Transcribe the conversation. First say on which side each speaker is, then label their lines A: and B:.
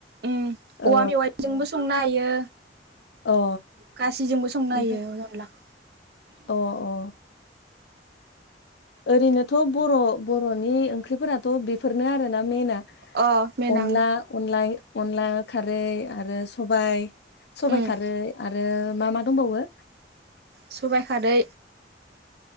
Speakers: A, on the right; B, on the left.
A: उ
B: ओ
A: औवा मेवाइजोंबो संनो हायो।
B: अ
A: गासैजोंबो संनो
B: ओमफ्राय
A: हायो अनलाखौ।
B: अ अ। ओरैनोथ' बर' बर'नि ओंख्रि फोराथ' बेफोरनो आरोना मेना।
A: अ मेनां
B: अनला अनलाइ अनला खारै आरो सबाय सबाइ
A: उम
B: खारै आरो मा मा दंबावो?
A: सबाय खारै